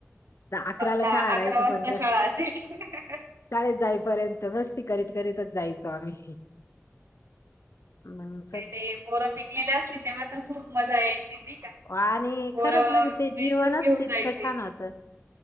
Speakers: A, on the left (about 65°); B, on the right (about 60°).
A: अकराला
B: दहा
A: शाळा राहायची
B: अकरा वाजता
A: पण रस
B: शाळा असायची
A: शाळेत जाईपर्यंत मस्ती करित करितच जायचो आम्ही. आम्हांना
B: ते बोरं पिकलेले असली तेव्हा तर खूप मजा यायची नाही का?
A: आणि
B: बोरं
A: खरंच म्हणजे ते
B: वेचून
A: जीवनच
B: घेऊन
A: इतकं
B: जायचे.
A: छान होतं.